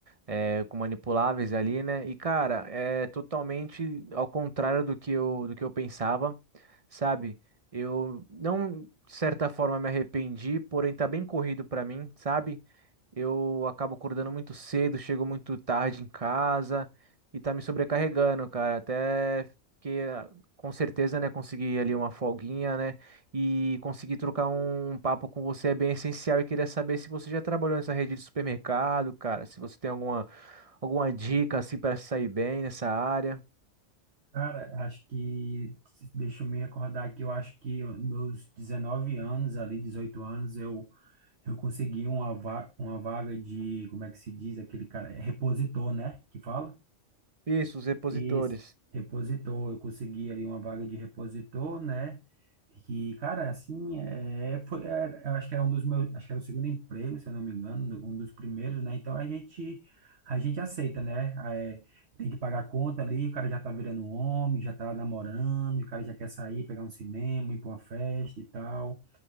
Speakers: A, on the right; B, on the right.
A: é, com manipuláveis ali, né? E, cara, é totalmente ao contrário do que eu, do que eu pensava, sabe? Eu não de certa forma me arrependi, porém tá bem corrido pra mim, sabe? Eu acabo acordando muito cedo, chego muito tarde em casa e tá me sobrecarregando, cara. Até que ah, com certeza, né, conseguir ali uma folguinha, né, e conseguir trocar um um papo com você é bem essencial e queria saber se você já trabalhou nessa rede de supermercado, cara, se você tem alguma alguma dica assim para sair bem nessa área.
B: Cara, acho que, deixa eu me recordar que eu acho que meus 19 anos, ali 18 anos, eu, eu consegui uma, va uma vaga de, como é que se diz, aquele cara, é repositor, né, que fala?
A: Isso, os repositores.
B: Isso, repositor, eu consegui ali uma vaga de repositor, né? Que, cara, assim, é, foi, é, eu acho que era um dos meus, acho que era o segundo emprego, se eu não me engano, do- um dos primeiros, né? Então a gente, a gente aceita, né? Ah, É, tem que pagar a conta ali, o cara já tá virando homem, já tá namorando, e o cara já quer sair, pegar um cinema, ir pra uma festa e tal.